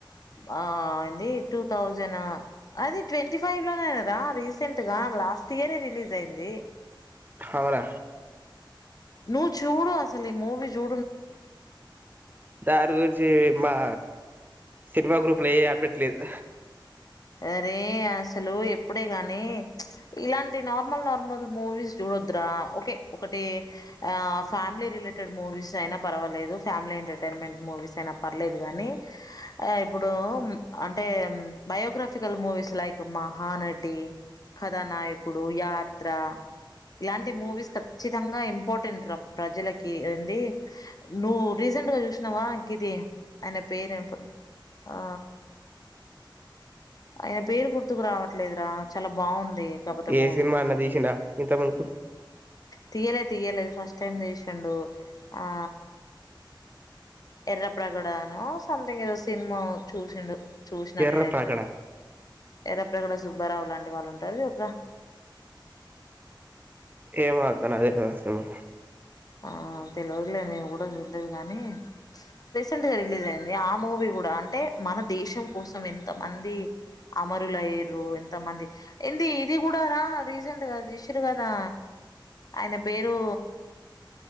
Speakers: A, on the left; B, on the right.
A: ఆ ఎంది టూ థౌజండ్ అది ట్వంటీ ఫైవ్ లోనే గదా అ రీసెంట్గా లాస్ట్ ఇయరే రిలీజ్ ఐంది
B: ఔన
A: ను చూడు అసలు ఇ మూవి చూ
B: దారుగురించి మా సినిమా గ్రూప్ల ఏ అప్డెట్ లేదు
A: అరే అసలు ఎప్పుడే గాని ఇలాంటి నార్మల్ నార్మల్ మూవీస్ జుడ్ ద్ర ఒకే ఒకటి ఆ ఫ్యామ్లీ రిలేటెడ్ మూవీస్ ఐనా పర్వాలేదు ఫమిలైతె టైన్మెంట్ మూవీస్ ఐన పర్లేదు గనీ ఇప్పుడూ అంటే biographical movies like Mahanati, Kathanayakudu, Yatra ఇలాంటి మూవీస్ ఖచ్చితంగా ఇంపార్టెంట్ర ప్రజలకి ఏంది నువ్వు రీసెంట్ గ జుష్నవా గ్గిది ఆయన పేరు ఏం ఆ ఐన పేరు గుర్తుకు రావట్లేదురా చాలా బాగుంది కాకపోతే
B: ఏ
A: మూవీ
B: సిన్మా అన్న తీశిండ ఇంత ముందుకు
A: తీయలే తీయలే ఫస్ట్ టైం తీశిండు ఆ ఎర్ర ప్రగడనో సమ్థింగ్ ఏదో సిన్మా చూసిండు చుష్న
B: ఎర్ర
A: నేనైతే
B: ప్రగడ
A: ఎరప్రగడ సుబ్బారావు లాంటి వాళ్ళు ఉంటారుగ ఒక
B: ఎమోఅక్క నాదెల్వ సిన్మా
A: ఆ తెల్వదులేదు నేను గుడా చూడ్లేదు గానీ రీసెంట్గా రిలీజ్ ఐంది ఆ మూవీ గుడా అంటే మన దేశం కోసం ఎంత మందీ అమరులైరు ఎంత మంది ఏంది ఇది గుడా రా రీసెంట్గా తీషర్ గదా ఐన పేరూ